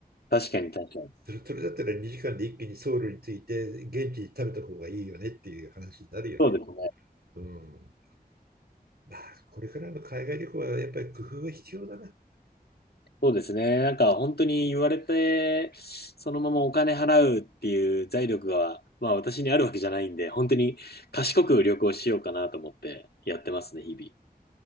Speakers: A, on the left; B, on the right.
A: 確かに確かに。
B: それ、それだったら2時間で一気にソウルに着いて、現地で食べた方がいいよねっていう話になるよね。
A: そうですね。
B: うん。まあ、これからの海外旅行はやっぱり工夫が必要だな。
A: そうですね。なんか本当に言われて、そのままお金払うっていう財力が、まあ私にあるわけじゃないんで、本当に賢く旅行しようかなと思ってやってますね、日